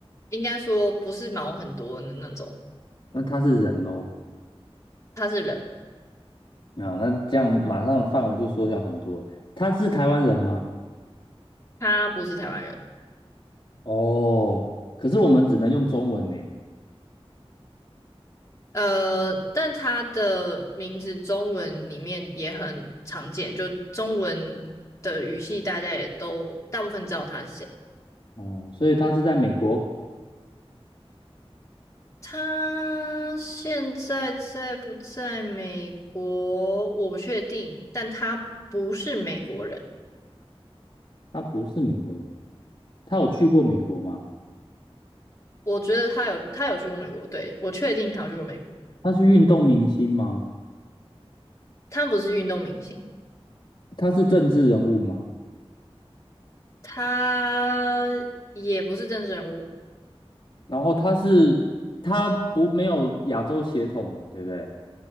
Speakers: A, on the left; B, on the left.
A: 应该说不是毛很多的那种，
B: 那他是人哦。
A: 他是人，
B: 啊，那这样马上范围就缩小很多。他是台湾人吗？
A: 他不是台湾人。
B: 哦，可是我们只能用中文呢。
A: 呃，但他的名字中文里面也很常见，就中文的语系大家也都大部分知道他是谁。
B: 哦，所以他是在美国，
A: 他现在在不在美国？我不确定，但他不是美国人。
B: 他不是美国人。他有去过美国吗？
A: 我觉得他有他有去过美国，对，我确定他有去过美国。
B: 他是运动明星吗？
A: 他不是运动明星，
B: 他是政治人物吗？
A: 他也不是政治人物，
B: 然后他是他不没有亚洲血统嘛，对不对？